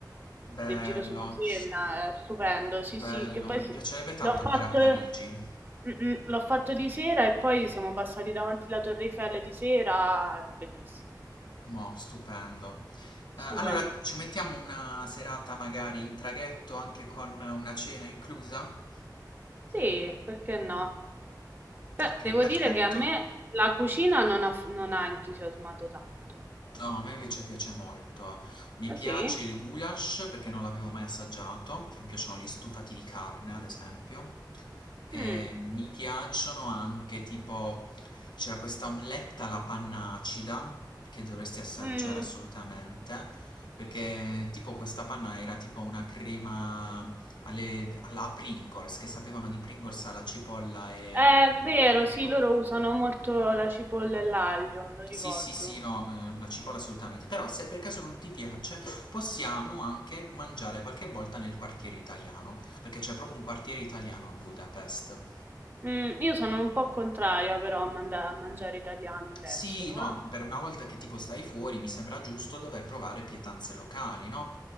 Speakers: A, on the left; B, on the right.
A: Bello.
B: del giro sulla Senna, è stupendo. Sì,
A: Bello,
B: sì, che poi
A: mi
B: si-
A: piacerebbe tanto
B: l'ho fatto,
A: andare a Parigi.
B: Mm, mm, l'ho fatto di sera e poi siamo passati davanti alla Torre Eiffel di sera, era bellissimo,
A: Mo, stupendo. Eh,
B: stupendo.
A: allora ci mettiamo una serata magari in traghetto anche con una cena inclusa?
B: Sì, perché no? Beh,
A: Ok,
B: devo
A: perfetto.
B: dire che a me la cucina non ha, non ha entusiasmato tanto.
A: No, a me invece piace molto. Mi
B: Ah
A: piace
B: sì?
A: il goulash perché non l'avevo mai assaggiato, mi piacciono gli stufati di carne, ad esempio. E
B: Mm,
A: mi piacciono anche tipo c'era questa omeletta alla panna acida che dovresti assaggiare
B: mm.
A: assolutamente, perché tipo questa panna era tipo una crema alle- alla Pringles, che sapevano di Pringles alla cipolla e
B: È vero,
A: e crema.
B: sì, loro usano molto la cipolla e l'aglio, me lo ricordo.
A: Sì, sì, sì, no, eh, la cipolla assolutamente. Però se per caso non ti piace, possiamo anche mangiare qualche volta nel quartiere italiano, perché c'è proprio un quartiere italiano a Budapest.
B: Mm, io sono un po' contraria però a, manda- a mangiare italiano all'estero.
A: Sì, no,
B: Ah,
A: per una volta che tipo stai fuori, mi sembra giusto dover provare pietanze locali, no?